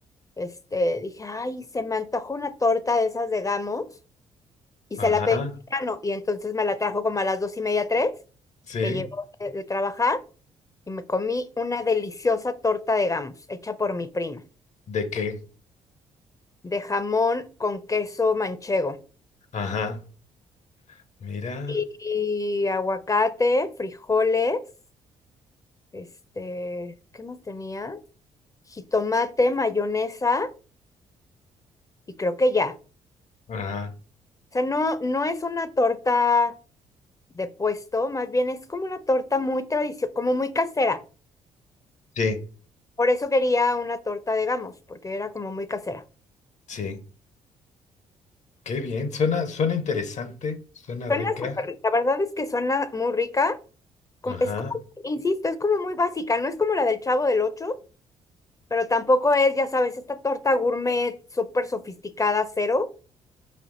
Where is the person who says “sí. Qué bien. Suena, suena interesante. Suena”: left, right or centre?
Left